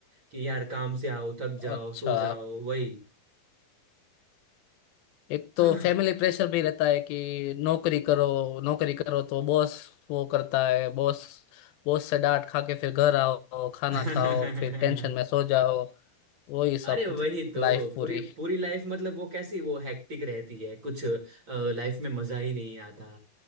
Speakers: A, on the right; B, on the left.
A: कि यार काम से आओ थक जाओ
B: अच्छा
A: सो जाओ वही
B: एक तो
A: हाँ
B: फैमिली प्रेशर भी रहता है कि नौकरी करो नौकरी करो तो बॉस वो करता है बॉस बॉस से डांट खा के फिर घर आओ खाना
A: <laughs>
B: खाओ फिर टेंशन में सो जाओ वही सब
A: अरे वही तो
B: लाइफ पूरी
A: पूरी पूरी लाइफ मतलब वो कैसी वो हैक्टिक रहती है कुछ लाइफ में मजा ही नहीं आता